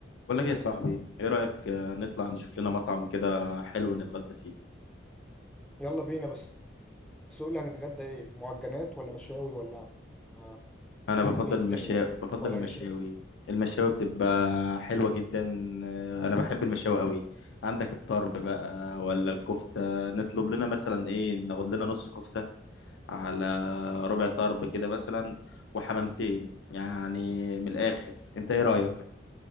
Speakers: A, on the left (about 70°); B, in the centre.
A: بقول لك إيه يا صاحبي ايه رأيك آه، نطلع نشوف لنا مطعم كده حلو نتغدى فيه
B: يلا بينا بس بس قول لي هنتغدى ايه معجنات ولا مشاوي ولا آه،
A: انا بفضل
B: ايه الدنيا
A: المشا بفضل
B: ولا
A: المشاوي
B: مشاوي
A: المشاوي بتبقى حلوة جدا آه، انا بحب المشاوي قوي عندك الطرب بقى ولا الكفتة نطلب لنا مثلا ايه ناخد لنا نص كفتة على ربع طرب كده مثلا وحمامتين يعني من الاخر انت ايه رأيك